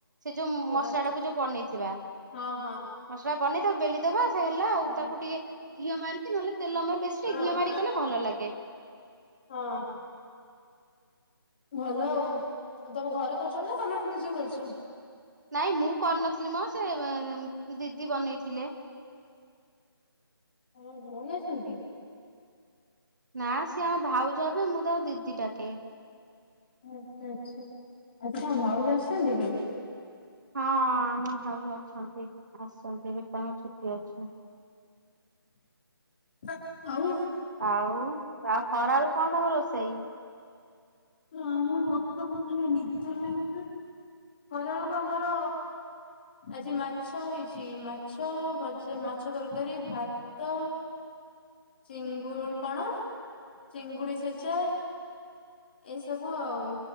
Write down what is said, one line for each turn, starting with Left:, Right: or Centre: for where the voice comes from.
Right: ସେ ଯୋଉ
Left: କୋଉଟା
Right: ମସଲା ଟାକୁ ଯୋଉ ବନେଇଥିବା
Left: ହଁ ହଁ
Right: ମସଲା ବନେଇ- ବେଲିଦବା। ହେଲା ଆଉ
Left: ହଁ
Right: ତାକୁ ଟିକେ ଘିଅ ମାରିକି ନହେଲେ ତେଲ ମାରି ବେଶୀ
Left: ହଁ
Right: ଟିକେ ଘିଅ ମାରି କଲେ ଭଲ ଲାଗେ।
Left: ହଁ ଭଲ ଆଉ ତମେ ଘରେ କରୁଛ ନା ତମେ ନିଜେ କରୁଛ?
Right: ନାଇଁ ମୁଁ କରିନଥିଲି ମ ସେ ଦିଦି ବନେଇଥିଲେ।
Left: ତମର ଭଉଣୀ ଅଛନ୍ତି?
Right: ନା ସିଏ ଆମ ଭାଉଜ ହେବେ ମୁଁ ତାଙ୍କୁ ଦିଦି ଡାକେ।
Left: ଆଚ୍ଛା ଆଚ୍ଛା ଆଚ୍ଛା ତମ ଭାଉଜ ଆସିଛନ୍ତି କି?
Right: ହଁ ଅ ଆମ ଭାଉଜ ଅଛନ୍ତି ଆସିଛନ୍ତି ଏବେ ତାଙ୍କ ଛୁଟି ଟି ଅଛି।
Left: <unintelligible> ଆଉ।
Right: ଆଉ ଆଉ ଖରାଅଳୁ କଣ ତମର ରୋଷେଇ?
Left: ଆମର ମତେ କଣ ଖାଲି ନିିଦ ଲାଗୁଚି ଖରା ବେଳକୁ ଆମର ଆଜି ମାଛ ହେଇଚି। ଚି ମାଛ ଭଜା ମାଚ ମାଛ ତରକାରୀ ଭାତ ଚିଙ୍ଗୁ କଣ ଚିଙ୍ଗୁଡି ଛେଚା। ଏସବୁ ଆଉ।